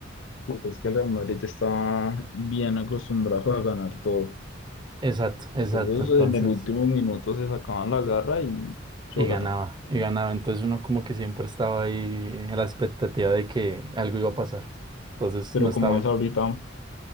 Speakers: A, on the left; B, on the right.
A: pues es que el Real Madrid está bien acostumbrado a ganar todo.
B: Exacto, exacto.
A: Ellos
B: Entonces,
A: en el último minuto se sacaban la garra y
B: y
A: gata.
B: ganaba, y ganaba. Entonces uno como que siempre estaba ahí en la expectativa de que algo iba a pasar. Entonces
A: Pero
B: no estaba
A: como es ahorita,